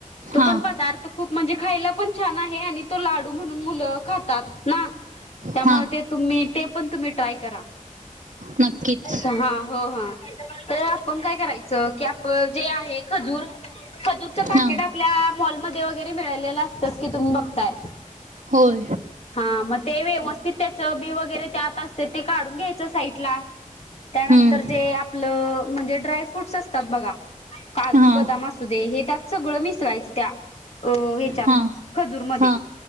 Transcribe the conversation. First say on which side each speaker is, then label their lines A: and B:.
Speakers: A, on the left; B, on the right.
A: तो
B: हा
A: पण पदार्थ खूप म्हणजे खायला पण छान आहे, आणि तो लाडू म्हणून मुलं खातात ना. त्यामुळे
B: हा
A: ते तुम्ही ते पण तुम्ही ट्राय करा.
B: नक्कीच
A: हा हो हा तर आपण काय कराय जे आहे खजूर खजूरच पाकीट
B: हा
A: आपल्या माँल वगैरे मिळालेलं असतंच की तुम्ही बघताय.
B: होय.
A: हा मग ते व्यवस्थित त्याचं बी वगैरे त्यात असते ते काढून घ्यायचं साईटला.
B: हम्म
A: त्यानंतर जे आपलं म्हणजे ड्राय फूट्स असतात बघा काजू,
B: हा
A: बदाम असुदे हे त्यात सगळं मिसवायचं. त्या अं ह्याच्यात
B: हा
A: खजूरमध्ये
B: हा